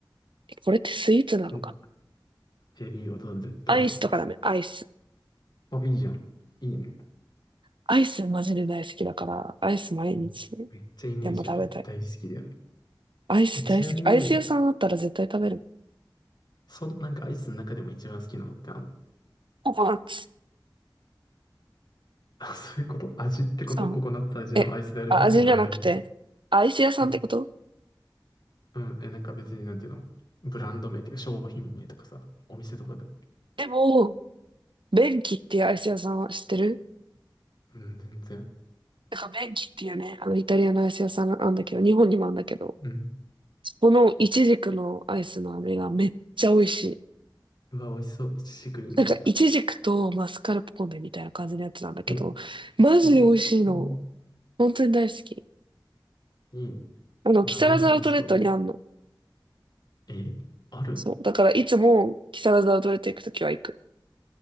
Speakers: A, on the right; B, on the left.
A: これってスイーツなのか。
B: う。んえ、えいいよ、どうぞ。どうぞ。
A: アイスとかダメ。アイス。
B: あ、いいじゃん。いいね。
A: アイスマジで大好きだから、アイス毎日
B: うんめっちゃイメージある。
A: でも食べたい。
B: 大好きだよね。
A: アイス大好き。
B: え、ちなみに、
A: アイス屋さんあったら絶対食べる。
B: その、なんかアイスの中でも一番好きなのってあんの
A: ココナッツ
B: あ、<laughs> そういうこと味ってことココナッツ味のアイスであればもう何でも。
A: さん。え、あ、味じゃなくて、アイス屋さんってこと
B: うん。うん。え、なんか別になんていうのブランド名っていうか商品名とかさ、お店とかでも。
A: でも、ベンキっていうアイス屋さんは知ってる
B: うん、全然。
A: なんかベンキっていうね、あのイタリアのアイス屋さんあんだけど、日本にもあんだけど、
B: うん。
A: このイチジクのアイスの飴がめっちゃ美味しい。
B: うわ、美味しそう。いちじくいいね。
A: なんか、イチジクとマスカルポーネみたいな感じのやつなんだけど、
B: うわ、
A: マジで美味しいの。
B: うまそ
A: 本当に大好き。
B: う。いいね。
A: あの、
B: お名前から美味しそうだ。
A: 木更津アウトレットにあんの。
B: え、ある
A: そう。だから、いつも木更津アウトレット行くときは行く。